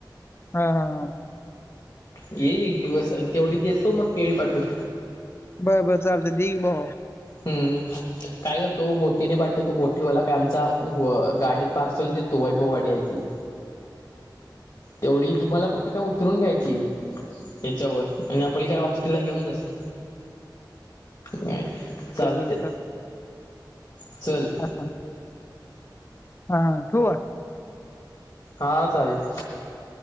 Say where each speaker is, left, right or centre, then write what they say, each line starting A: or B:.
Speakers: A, on the left (about 30°); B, on the left (about 55°).
A: हा हा
B: येई एक दिवसं आणि तेवढी देतो मंग केळी पाठूंन
A: बरं बरं चालतं देघी भाऊ
B: हम्मं कायं करतो बोटीने पाठतो तो बोटीवांला कायं आमचां हो गांडीत पार्सल देतो वैभववांडी आहे ती तेवढी तुम्हांला फक्तं कायं उतरूंन घ्यांयची यांच्यावर आणि आपलां कायं वास्तीलां घेऊंन जासं नाहीं चालतें
A: बर बर
B: चलं
A: अच्छा हां हां ठुंवा
B: हां चालेलं